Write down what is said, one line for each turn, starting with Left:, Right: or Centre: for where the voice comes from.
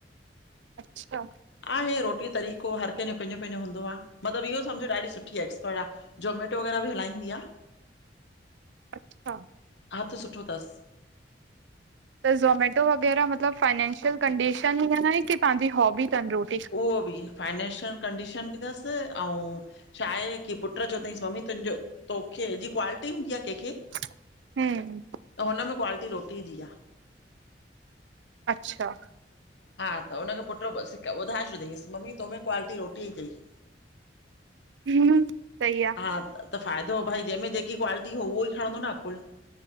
Right: अच्छा
Left: आहे इ रोटी जो तरीक़ो हर कंहिंजो पंहिंजो पंहिंजो हूंदो आहे मतिलब इहो समझो ॾाढी सुठी एक्सपर्ट आहे। जोमेटो। वग़ैरह बि हलाईंदी आहे
Right: अच्छा।
Left: हाथ सुठो अथसि।
Right: त ज़ोमेटो वग़ैरह मतलब फाइनंशियल कंडीशन ईअ आहे की पांजि हॉबी तन रोज़।
Left: उहो बि फाइनेंंशियल कंडीशन बि तसि अउ। छा। आहे की पुटु चओ तईंस मम्मी तुंहिंजो तोखे जी क्वालिटी हूंदी आ कंहिंखे।
Right: हू।
Left: त हुन में क्वालिटी रोटीअ जी आ।
Right: अच्छा।
Left: हा त हुनखे पुटु सख ॿुधाए छॾियईसि मम्मी तोमे क्वालिटी रोटी जीई तई। <inaudible>
Right: हम। सही आ।
Left: हा त फ़ाइदो भई जंहिंमें जेकी क्वालिटी हो उहो ई खणंदो न अकुल।